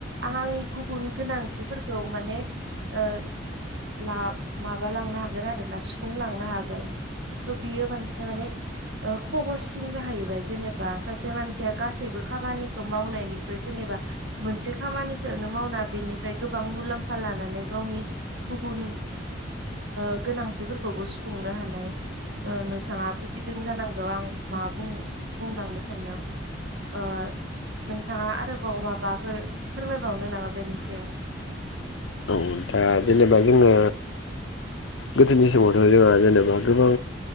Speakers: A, on the right; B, on the left.
A: आं आंनि गुबुन गोनांथिफोरखौ माने ओ ला माबा लांनो हागोन आरो । ना सुफुंलांनो हागोन । थ' बियो मोनसे माने ओ खहजसिन जाहैबाय जेनेबा सासे मानसिया गासैबो खामानिखौ मावनायनिख्रुइ जेनेबा मोनसे खामानिखौनो मावना बेनिफ्राय गोबां मुलाम्फा लानानै गावनि गु- बुन ओ गोनांथिफोरखौबो सुफुंनो हानाय । ओ नोंथाङा बुजिदों जानां- गौ आं मा बुं बुंलांनो सानदों ओ नोंथाङा आरोबाव माबाफोर फोरमायबावनो नामा बेनि सायाव?
B: औ दा जेनेबा जोङो गोदोनि समावथ' जोंहा जेनेबा गोबां